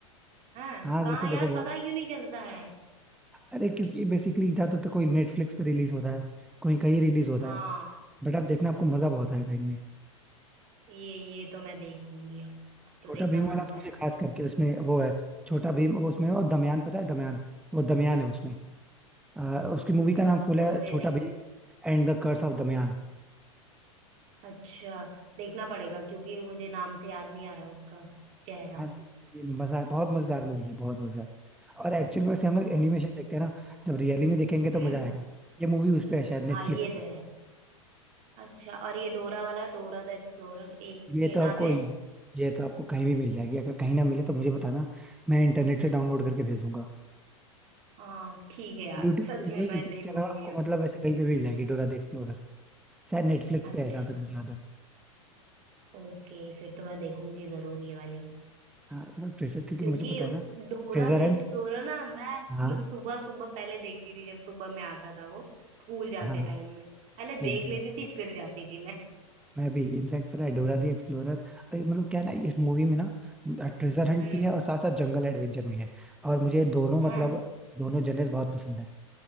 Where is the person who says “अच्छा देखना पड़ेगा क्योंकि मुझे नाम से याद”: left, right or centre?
Right